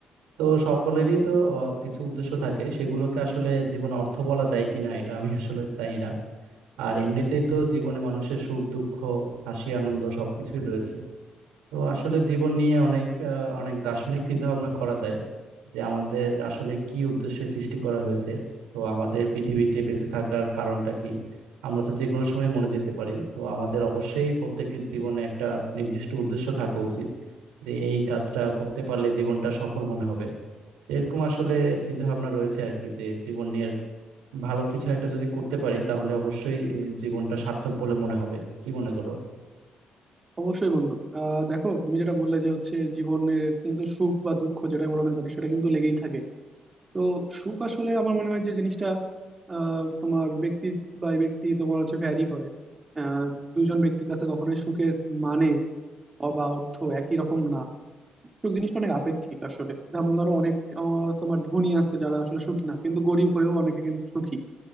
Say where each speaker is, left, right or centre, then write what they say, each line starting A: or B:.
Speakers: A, on the right; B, on the right.
A: তো সকলেরই তো আহ, কিছু উদ্দেশ্য থাকে সেগুলোকে আসলে জীবন অর্থ বলা যায় কিনা এটা আমি আসলে চাই না আর এমনিতেই তো জীবনে মানুষের সুখ দুঃখ হাসি আনন্দ সবকিছুই রয়েছে তো আসলে জীবন নিয়ে অনেক আহ, অনেক দার্শনিক চিন্তা ভাবনা করা যায় যে আমাদের আসলে কি উদ্দেশ্যে সৃষ্টি করা হয়েছে তো আমাদের পৃথিবীতে বেঁচে থাকার কারণটা কি আমরা তো যে কোনো সময় মরে যেতে পারি তো আমাদের অবশ্যই প্রত্যেকের জীবনে একটা নির্দিষ্ট উদ্দেশ্য থাকা উচিত যে এই কাজটা করতে পারলে জীবনটা সফল মনে হবে এরকম আসলে চিন্তা ভাবনা রয়েছে আর কি যে জীবনের ভালো কিছু একটা যদি করতে পারি তাহলে অবশ্যই এই জীবনটা সার্থক বলে মনে হবে কি মনে করো
B: অবশ্যই বন্ধু আহ দেখো তুমি যেটা বললে যে হচ্ছে জীবনের কিন্তু সুখ বা দুঃখ যেটা বলো না কেন সেটা কিন্তু লেগেই থাকে তো সুখ আসলে আমার মনে হয় যে জিনিসটা আহ, তোমার ব্যক্তি বাই ব্যক্তি তোমার হচ্ছে ভ্যারি করে আহ, দুজন ব্যক্তির কাছে কখনোই সুখের মানে অবা অর্থ একই রকম না সুখ জিনিসটা অনেক আপেক্ষিক আসলে যেমন ধরো অনেক আহ, তোমার ধনী আছে যারা আসলে সুখী না কিন্তু গরিব হয়েও অনেকে কিন্তু সুখী